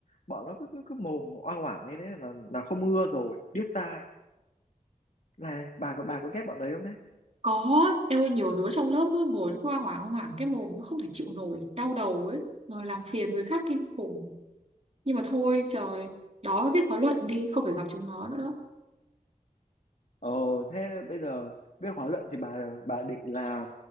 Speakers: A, on the left; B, on the right.
A: bọn nó cứ cứ, cứ mồm oang oảng lên đấy là là không ưa rồi điếc tai này bà có bà có ghét bọn đấy không đấy
B: Có, em ơi nhiều đứa trong lớp nó ngồi nó cứ hoảng hoảng hoảng cái mồm nó không thể chịu nổi, đau đầu ấy mà làm phiền người khác kinh khủng. Nhưng mà thôi trời, đó viết khóa luận đi, không phải gặp chúng nó nữa đó.
A: ờ thế bây giờ viết khóa luận thì bà bà định là